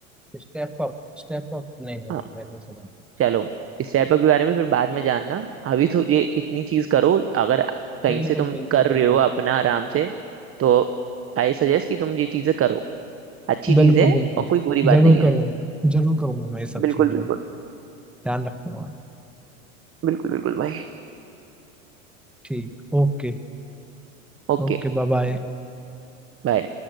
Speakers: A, in the centre; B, on the right.
A: Step up स्टेप अप नहीं नहीं
B: हाँ
A: नहीं मैंने सुना
B: चलो स्टेप अप के बारे में फिर बाद में जानना अभी तो ये इतनी चीज करो अगर कहीं
A: बिल्कुल
B: से तुम
A: बिल्कुल
B: कर
A: बिल्कुल
B: रहे हो अपना आराम से तो आई सजेस्ट कि तुम ये चीजें करो अच्छी
A: बिल्कुल
B: चीज है
A: बिल्कुल
B: और कोई बुरी बात
A: जरूर
B: नहीं है
A: करूँगा जरूर करूँगा मैं ये सब
B: बिल्कुल
A: चीज़ें
B: बिल्कुल
A: ध्यान रखूंगा
B: बिल्कुल बिल्कुल भाई
A: ठीक ओके
B: ओके
A: Okay bye bye
B: बाय